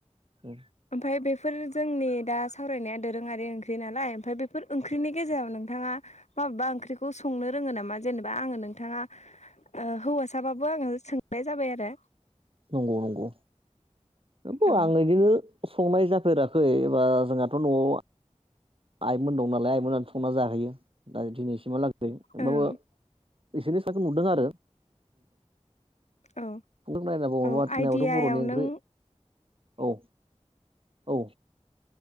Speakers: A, on the right; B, on the left.
A: उम
B: ओमफ्राय बेफोर जोंनि दा सावरायनाया दोरोङारि ओं ख्रि नालाय ओमफ्राय बेफोर ओंख्रिनि गेजेराव नोंथाङा माबेबा ओंख्रिखौ संनो रोङो नामा जेनेबा आङो नोंथाङा ओ हौवासाबाबो आङो सोंनाय जाबाय आरो
A: नंगौ नंगौ हौवा
B: औ
A: आं नैजो संनाय जाफेराखै एबा जोंहाथ' न'आव आइमोन दं नालाय आइमोनानो संना जाहैयो दा दिनैसिमहालागै दे होमबाबो
B: ओं
A: बिसिनि संनायखौ नुदों आरो
B: औ
A: नायनांगौ अआत
B: औ आइडियायाव
A: नायाबोथ' बर'नि ओंख्रि
B: नों
A: औ औ